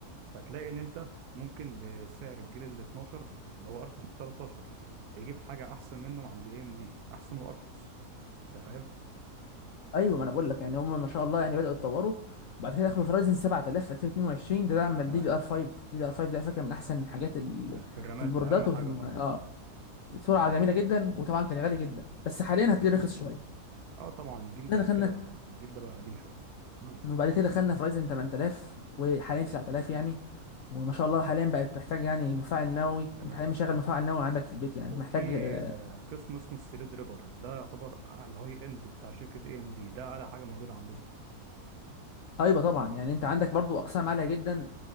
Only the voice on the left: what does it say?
ايوه ما انا بقول لك يعني هم ما شاء الله يعني بداوا يتطوروا وبعد كده دخلوا فرايزن 7000 في 2022 ده دعم دي
دي ار 5 دي دي ار 5 ده على فكره من احسن الحاجات ال-
في البوردات
وفي الم...
اه سرعه جميله جدا وطبعا كان غالي جدا بس حاليا
هتلاقيه رخص شويه
احنا
دخلنا
وبعد كده دخلنا في رايزن 8000 وحاليا 9000 يعني وما شاء الله حاليا بقت محتاج يعني مفاعل نووي
انت حاليا مشغل مفاعل نووي عندك في البيت يعني
محتاج آه،
ايوه طبعا يعني انت عندك برضو اقسام عاليه جدا